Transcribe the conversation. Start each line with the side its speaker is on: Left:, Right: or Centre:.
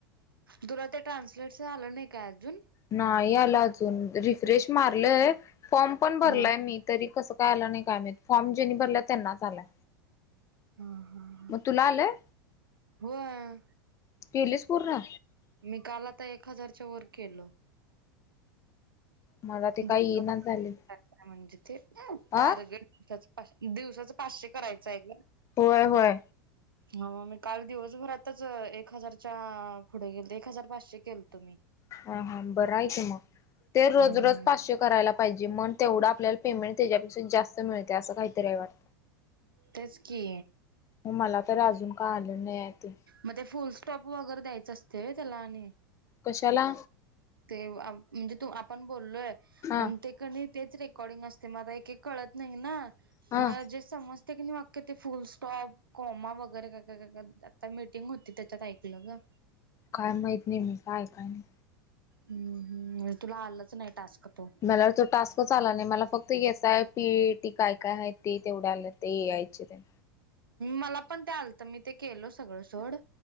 Right: तुला ते ट्रान्सलेट आलं नाही का अजून?
Left: नाही आला अजून रिफ्रेश मारलय फॉर्म पण भरलाय
Right: हा
Left: मी तरी कसं काय आला नाही कायम फॉर्म जेनी भरला त्यांनाच आलाय.
Right: हा हा.
Left: मग तुला आलंय
Right: होय
Left: केलीस पूर्ण
Right: मी काल आता एक हजारच्या वर केलं
Left: मला ते काही
Right: दिवसाला-
Left: येईना झालय
Right: म्हणजे ते
Left: आ
Right: टारगेट दिवसाचं पाचशे दिवसाच पाचशे करायचं हाय हे.
Left: होय होय.
Right: ह म मी काल दिवसभरातच एक हजारच्या पुढे गेलते एक हजार पाचशे. केलतो मी.
Left: हा हा बरा हाय की मग ते रोज
Right: हम्म.
Left: रोज पाचशे करायला पाहिजे मण तेवढं आपल्याला पेमेंट त्याच्यापेक्ष जास्त मिळते असं कायतरी हाय वाटत.
Right: तेच की,
Left: म मला तर अजून काय आलं नाय हाय ते.
Right: म ते फुल स्टॉप वगैरे द्यायचं असतय व्हय त्याला आणि
Left: कशाला?
Right: ते म्हणजे तू आपण बोललोय
Left: हा
Right: आणि ते कनी तेच रेकॉर्डिंग असते म आता एक एक कळत नाही ना
Left: हा
Right: म जे समजते की नाही व्याक्य ते फुल स्टॉप. कोमा वगैरे काय काय काय आता मीटिंग होती त्याच्यात ऐकलं ग.
Left: काय माहित नाही मी काय, काय, नाही.
Right: हूं हूं तुला आलच नाय टास्क तो
Left: पल्याला तो टास्क आला नाय मला फक्त एस आय पी टी काय काय हाय. ते तेवढ आल ते यायचे तेनं
Right: मला पण ते आलत, मी ते केलो सगळं सोड.